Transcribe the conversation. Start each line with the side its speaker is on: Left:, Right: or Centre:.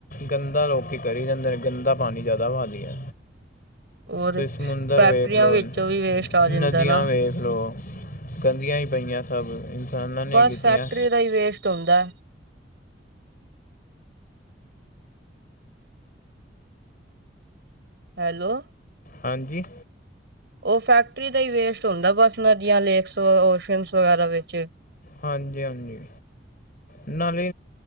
Left: ਗੰਦਾ ਲੋਕ ਕਰੀ ਜਾਂਦੇ ਨੇ ਗੰਦਾ ਪਾਣੀ ਜ਼ਿਆਦਾ ਵਧ ਗਿਆ।
Right: ਹੋਰ
Left: ਤੁਸੀਂ ਸਮੁੰਦਰ
Right: ਫੈਕਟਰੀਆਂ
Left: ਵੇਖ ਲੋ
Right: ਵਿੱਚੋਂ ਵੀ ਵੇਸਟ ਆ ਜਾਂਦਾ
Left: ਨਦੀਆਂ
Right: ਨਾ।
Left: ਵੇਖ ਲੋ ਗੰਦੀਆਂ ਹੀ ਪਈਆਂ ਸਭ ਇਨਸਾਨਾਂ ਨੇ
Right: ਬਸ
Left: ਕੀਤੀਆਂ
Right: ਫੈਕਟਰੀ ਦਾ ਹੀ ਵੇਸਟ ਹੁੰਦਾ। ਹੈਲੋ
Left: ਹਾਂਜੀ
Right: ਉਹ ਫੈਕਟਰੀ ਦਾ ਹੀ ਵੇਸਟ ਹੁੰਦਾ ਬਸ ਨਦੀਆਂ ਲੇਕਸ ਓਸ਼ਨ ਵਗੈਰਾ ਵਿੱਚ
Left: ਹਾਂਜੀ- ਹਾਂਜੀ ਨਾਲੇ